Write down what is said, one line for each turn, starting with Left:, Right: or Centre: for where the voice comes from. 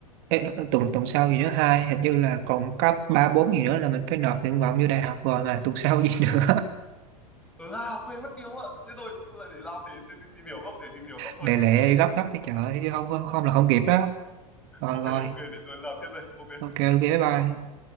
Right: Ê, tuần tuần sau gì nữa hai hình như là còn có ba bốn gì nữa là mình phải nộp nguyện vọng vô đại học rồi mà tuần sau gì nữa
Centre: Ừ à, quên mất tiêu ạ. Thế tôi cũng là để làm để, tìm tìm hiểu gấp để tìm hiểu gấp thôi.
Right: lẹ lẹ gấp gấp cái chợ chứ không không, không là không kịp đó rồi
Centre: Ok
Right: rồi
Centre: ok để tôi làm tiếp đây. Ok.
Right: ok ok bye bye